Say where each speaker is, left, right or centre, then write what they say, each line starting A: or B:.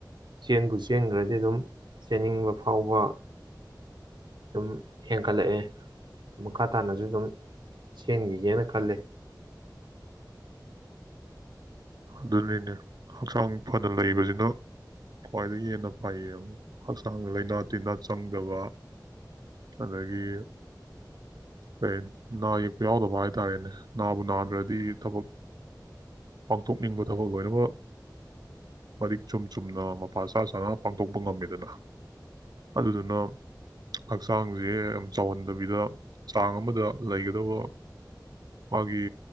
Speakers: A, on the right; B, on the right.
A: ꯆꯦꯟꯕꯨ ꯆꯦꯟꯈ꯭ꯔꯗꯤ ꯑꯗꯨꯝ ꯆꯦꯟꯅꯤꯡꯕ ꯐꯥꯎꯕ ꯑꯗꯨꯝ ꯍꯦꯟꯒꯠꯂꯛꯑꯦ ꯃꯈꯥ ꯇꯥꯅꯁꯨ ꯑꯗꯨꯝ ꯆꯦꯟꯈꯤꯒꯦꯅ ꯈꯜꯂꯦ
B: ꯑꯗꯨꯅꯤꯅꯦ ꯍꯛꯆꯥꯡ ꯐꯅ ꯂꯩꯕꯁꯤꯅ ꯈ꯭ꯋꯥꯏꯗꯒꯤ ꯍꯦꯟꯅ ꯐꯩꯌꯦꯕ ꯍꯛꯆꯥꯡꯗ ꯂꯩꯅꯥ ꯇꯤꯟꯅꯥ ꯆꯪꯗꯕ ꯑꯗꯒꯤ ꯀꯩ ꯅꯥ ꯌꯦꯛꯄ ꯌꯥꯎꯗꯕ ꯍꯥꯏꯇꯥꯔꯦꯅꯦ ꯅꯥꯕꯨ ꯅꯥꯗ꯭ꯔꯗꯤ ꯊꯕꯛ ꯄꯥꯡꯊꯣꯛꯅꯤꯡꯕ ꯊꯕꯛ ꯂꯣꯏꯅꯃꯛ ꯃꯔꯤꯛ ꯆꯨꯝ ꯆꯨꯝꯅ ꯃꯄꯥꯆꯥ ꯆꯥꯅ ꯄꯥꯡꯊꯣꯛꯄ ꯉꯝꯃꯦꯗꯅ ꯑꯗꯨꯗꯨꯅ ꯍꯛꯆꯥꯡꯁꯦ ꯌꯥꯝ ꯆꯥꯎꯍꯟꯗꯕꯤꯗ ꯆꯥꯡ ꯑꯃꯗ ꯂꯩꯒꯗꯕ ꯃꯥꯒꯤ